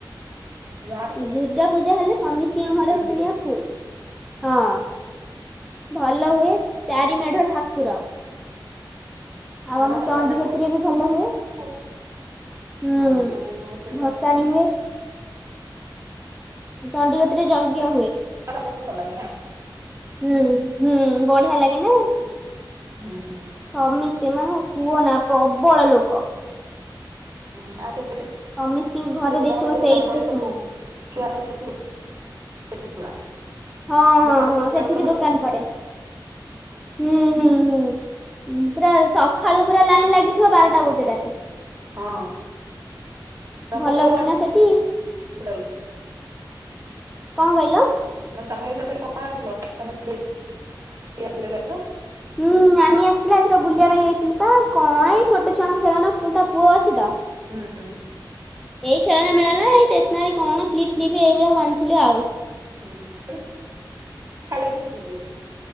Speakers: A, on the right (about 35°); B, in the centre.
A: ଯାହା
B: ଦୁର୍ଗା ପୂଜା ହେଲେ ସମିସ୍ତିଙ୍କ ଘରେ କୁଣିଆ
A: ଥିବେ।
B: ଫୁଲ୍। ହଁ ଭଲ ହୁଏ ଚାରି ମେଢ ଠାକୁର। ଆଉ
A: ଦିନଟା
B: ଆମ ଚଣ୍ଡି
A: ଚାରିଟା ହେଲେ
B: କତିରେ
A: ନା
B: ବି ଭଲ ହୁଏ।
A: ଆଉ
B: ହୁଁ
A: ହଁ ସନ୍ଧ୍ୟା କଣ କରୁଥିଲେ ତ
B: ଭସାଣି ହୁଏ। ଚଣ୍ଡିଗତିରେ ଯଜ୍ଞ
A: <inaudible>
B: ହୁଏ।
A: ବେଶୀ ଭଲ ଲାଗେନା?
B: ହୁଁ ହୁଁ ବଢିଆ ଲାଗେନା।
A: ହୁଁ।
B: ସମୀସ୍ତେ ମାନେ କୁହନା ପ୍ରବଳ ଲୋକ।
A: ହୁଁ ଆଉ ସେପଟେ
B: ସମିସ୍ତିଙ୍କ ଘରେ
A: ଦୂର୍ଗାଙ୍କ
B: ଦେଖିବ
A: ପାଖରେ
B: ସେଇଥିରେ
A: ଦୋକାନ ପଡେ ସବୁ।
B: କୁଣିଆ
A: ଛୁଆ ସେଠି ଦେଖିବେ ବେସି ଛୁଆ।
B: ହଁ
A: ଦୋକାନ
B: ହଁ ହଁ
A: ସବୁ ମୀନା
B: ସେଠି
A: ବଜାର
B: ବି ଦୋକାନ ପଡେ। ହୁଁ ହୁଁ ହୁଁ ପୁରା ସକାଳୁ ପୁରା ଲାଇନ ଲାଗିଥିବ ବାରଟା ଗୋଟେ ଜାକେ।
A: ହଁ ତମେ
B: ଭଲ
A: ଏଥର କଣ
B: ହୁଏନା ସେଠି।
A: ଆଣିଥିଲ
B: କଣ କଇଲ।
A: ମୁଁ କହିଲି ତମେ ଜାଇଥିଲ ସେଠୁ କଣ ଆଥିଲ ତମେ ଦେ ଇ ଆସିଥିଲେ ବା ଏ ଥର।
B: ହୁଁ ନାନୀ ଆସିଥିଲା ଏଥର ବୁଲିବା ପାଇଁ ଯାଇଥିଲି ପା କଣ ଏଇ ଛୋଟ ଛୁଆଙ୍କ ଖେଳନା ତା ପୁଅ ଅଛି ତ
A: ହୁଁଁ
B: ଏଇ ଖେଳନା ମେଳନା ଏଇ ଟେସ୍ନାରୀ କଣ କ୍ଲିପ୍ ଫ୍ଲିପ୍ ଏଇଗୁରା ସବୁ ଆଣିଥିଲୁ ଆଉ।
A: <unintelligible>